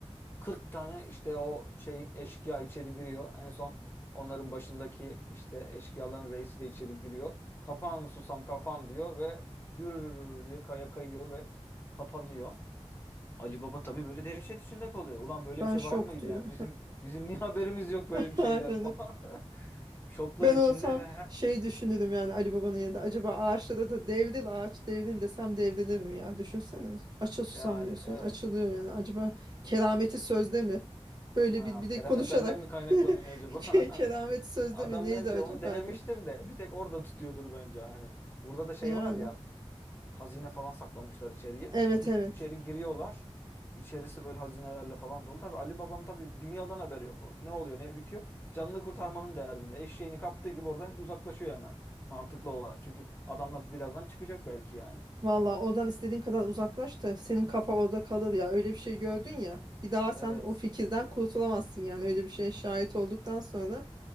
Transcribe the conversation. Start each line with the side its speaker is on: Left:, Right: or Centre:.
Left: 40 tane işte o şey eşkıya içeri giriyor. En son onların başındaki işte eşkıyaların reisi de içeri giriyor. Kapan susam kapan diyor ve gür diye kaya kayıyor ve kapanıyor. Ali Baba tabii böyle dehşet içinde kalıyor. Ulan böyle
Right: Ben
Left: bir şey
Right: şok
Left: var mıydı
Right: diyor.
Left: yani bizim bizim niye haberimiz yok böyle
Right: <laughs>
Left: bir şeyden
Right: Aynen.
Left: falan. <laughs> Şoklar
Right: Ben
Left: içinde
Right: olsam
Left: ve
Right: şey düşünürüm yani Ali Baba'nın yanında. Acaba ağaçlara da devril ağaç devril desem devrilir mi ya? Düşünsene. Açıl susam
Left: yani
Right: diyorsun.
Left: evet.
Right: Açılıyor yani. Acaba kerameti sözde mi? Böyle
Left: Ha,
Right: bir, bir de
Left: keramet
Right: konuşarak.
Left: benden mi kaynaklanıyor
Right: <laughs>
Left: acaba?
Right: Ke- Kerameti
Left: <laughs>
Right: sözde
Left: Adam
Right: mi? Neydi
Left: bence
Right: acaba
Left: onu denemiştir
Right: de.
Left: de bir tek orada tutuyordur bence hani. Burada da şey
Right: Yani.
Left: var ya hazine falan saklamışlar içeriye.
Right: Evet
Left: Hı,
Right: evet.
Left: İçeri giriyorlar. İçerisi böyle hazinelerle falan dolu. Tabii Ali Baba'nın tabii dünyadan haberi yok. O Ne oluyor ne bitiyor? Canını kurtarmanın derdinde. Eşeğini kaptığı gibi oradan uzaklaşıyor hemen. Mantıklı olarak. Çünkü adamlar birazdan çıkacak belki yani.
Right: Valla oradan istediğin kadar uzaklaş da senin kafa orada kalır ya. Öyle bir şey gördün ya. Bir daha
Left: Evet.
Right: sen o fikirden kurtulamazsın yani. Öyle bir şeye şahit olduktan sonra.